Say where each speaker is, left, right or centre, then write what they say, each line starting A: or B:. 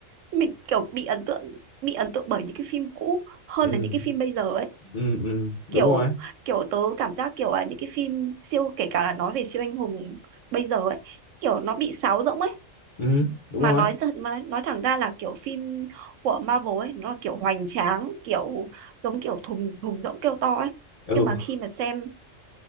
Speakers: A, on the right (about 75°); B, on the left (about 40°).
A: mình kiểu bị ấn tượng bị ấn tượng bởi những cái phim cũ hơn
B: ừ
A: là những cái phim bây giờ ấy
B: ừ ừ đúng
A: kiểu
B: rồi
A: kiểu tớ cảm giác kiểu là những cái phim siêu kể cả là nói về siêu anh hùng bây giờ ấy kiểu nó bị sáo rỗng ấy
B: ừ đúng
A: mà
B: rồi
A: nói thật mà nói thẳng ra là kiểu phim của Marvel ấy nó là kiểu hoành tráng kiểu giống kiểu thùng thùng rỗng kêu to ấy
B: ừ
A: nhưng mà khi mà xem